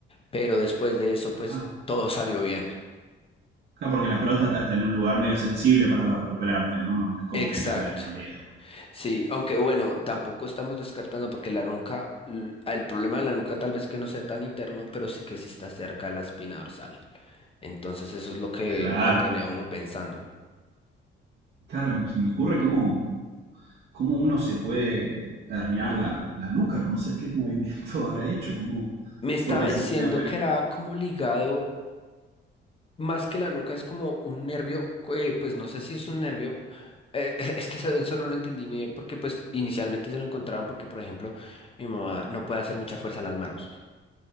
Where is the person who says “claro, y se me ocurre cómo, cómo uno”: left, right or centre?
Right